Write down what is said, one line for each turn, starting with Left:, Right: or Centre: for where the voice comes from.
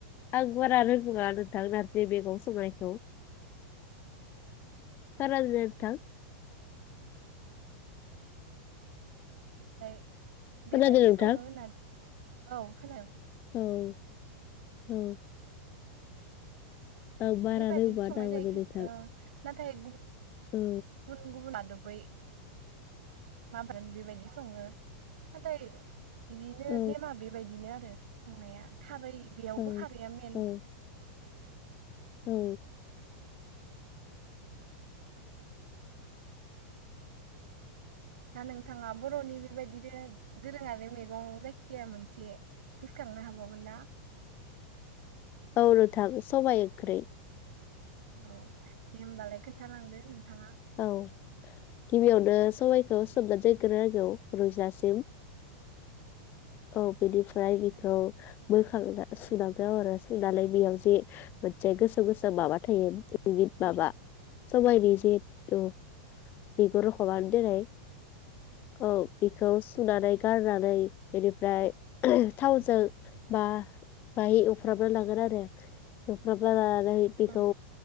Left: आं बारानो बुङा नोंथां नारजि मेगं संनायखौ बारा रो नोंथां
Right: दाय बेबायदि
Left: खोनादों नोंथां
Right: सङो होननानि औ खोनादों
Left: औ औ आं बारा
Right: बेबायदिनो
Left: रोंबाङा
Right: संनाय
Left: थारमाने
Right: जायो
Left: नोंथां
Right: ओ नाथाय गुबुन
Left: औ
Right: गुबुन आदब बै माबागोन बेबायदि सङो नाथाय बिदिनो
Left: औ
Right: नेमा बेबायदिनो आरो संनाया खारै बेयावबो
Left: औ
Right: खारैया मेन
Left: औ औ
Right: दा नोंथाङा बर'नि बेबायदिनो दोरोङारि मैगं जायखिजाया मोनसे गोसोखांनो हाबावगोन ना
Left: औ नोंथां सबायाइ ओख्रै
Right: औ दे होमबालाय खोन्थालांदो नोंथाङा
Left: औ गिबियावनो सबाइखौ सोमनानै दोनग्रोांगौ रुजासिम। औ बिनिफ्राय
Right: ओमफ्राय
Left: बेखौ। बोखां सिमांगौ आरो सोंनानैाय बेयाव जे मोनसे गोसो गोसाो माबा थायो बिनि माबा सबायनि जे औ। बेगर हार देराय। औ बेखौ सुनानै। गारनानै बेनिफ्राय थावजों मा बाहाय एवफ्र्राबना लांगोन आरो एवफ्राबनानै। नै बेखौ।
Right: औ